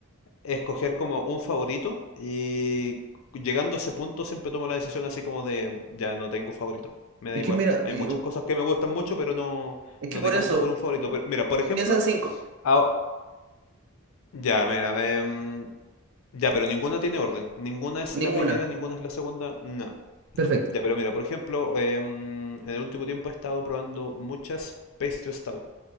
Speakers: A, on the left (about 75°); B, on the right (about 55°).
A: escoger como un favorito y llegando a ese punto siempre tomo la decisión así como de, ya no tengo favorito, me da
B: Es
A: igual.
B: que mira,
A: Hay
B: eh,
A: muchas cosas que me gustan mucho, pero no,
B: es que
A: no
B: por
A: decanto
B: eso,
A: por un favorito. Pero, mira, por ejemplo,
B: piensa en cinco,
A: ah, ya, mira, em, ya, pero ninguna tiene orden. Ninguna es
B: ninguna.
A: la primera, ninguna es la segunda, no.
B: Perfecto.
A: Ya, pero mira, por ejemplo, em, en el último tiempo he estado probando muchas pastry stout.